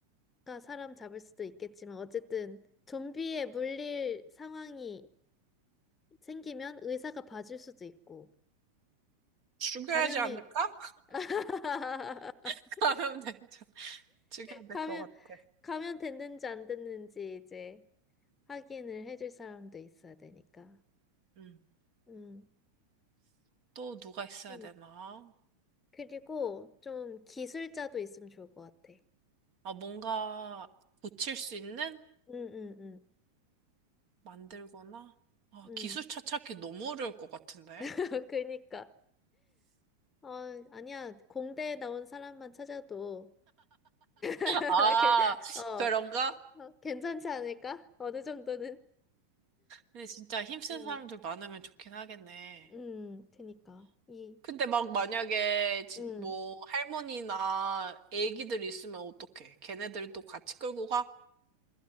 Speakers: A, on the left; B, on the right.
A: 사람 잡을 수도 있겠지만 어쨌든 좀비에 물릴 상황이 생기면 의사가 봐줄 수도 있고,
B: 죽여야지
A: 감염이,
B: 않을까?
A: <laughs>
B: <laughs> 하면 되죠. 죽여야 될
A: 감염,
B: 것 같아.
A: 감염 됐는지 안 됐는지 이제 확인을 해줄 사람도 있어야 되니까.
B: 음.
A: 음,
B: 또 누가 있어야
A: 음.
B: 되나?
A: 그리고 좀 기술자도 있으면 좋을 것 같아.
B: 아, 뭔가 고칠 수 있는?
A: 음, 음,
B: 만들거나? 아,
A: 음,
B: 기술차
A: 음.
B: 찾기 너무 어려울 것 같은데?
A: <laughs> 그니까. 어, 아니야. 공대에 나온 사람만 찾아도, <laughs>
B: 아,
A: 이렇게, 어,
B: 그런가?
A: 어, 괜찮지 않을까? 어느 정도는.
B: 근데 진짜 힘쓴
A: 음,
B: 사람들 많으면 좋긴 하겠네.
A: 음, 그니까. 이,
B: 근데 막 만약에 진-
A: 음.
B: 뭐 할머니나 애기들 있으면 어떡해? 걔네들도 같이 끌고 가?